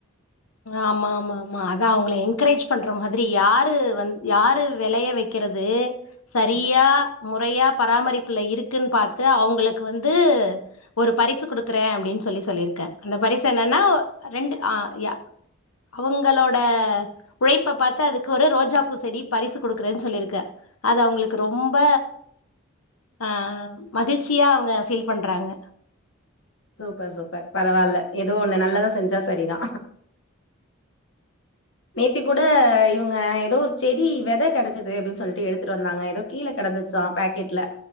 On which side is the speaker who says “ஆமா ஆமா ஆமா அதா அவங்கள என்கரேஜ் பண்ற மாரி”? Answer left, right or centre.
Left